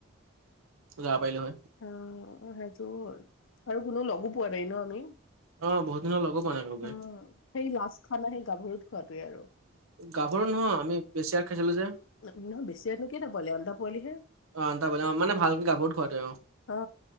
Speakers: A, on the right; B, on the left.
A: যাব পাৰিলো হয়।
B: অ, সেইটো হ'ল আৰু কোনো লগো পোৱা নাই ন আমি?
A: অ বহুত দিন হ'ল লগো পোৱা নাই। কাকোকে
B: উম সেই লাষ্টখনেই সেই গাভৰুত খোৱাতোৱে আৰু।
A: গাভৰু নহয় আমি বেছি আ খাইচিলো যে।
B: ন নহয় বেছিনো কি ন পোৱালি আন্ধা পোৱালিহে।
A: অ আনতা বজা মানে ভালকে গাভৰুত খুৱাতে অ।
B: অ